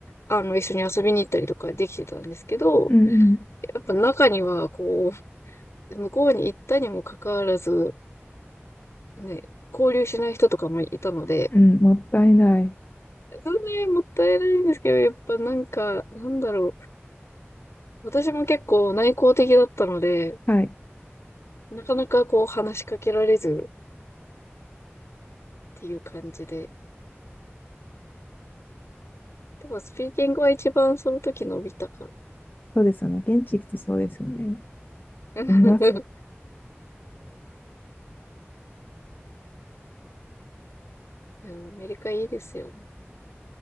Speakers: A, on the left (about 85°); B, on the left (about 45°).
A: あの、一緒に遊びに行ったりとかできてたんですけど、
B: うんうん。
A: やっぱ中には、こう、向こうに行ったにもかかわらず、ね、交流しない人とかもいたので、
B: うん、もったいない。
A: それね、もったいないんですけど、やっぱなんか、なんだろう。私も結構内向的だったので、
B: はい。
A: なかなかこう話しかけられずっていう感じで。でもスピーキングは一番その時伸びたから。
B: そうですよね。現地行くとそうですよね。
A: <laughs>
B: 飲みますよ。
A: いやアメリカいいですよね。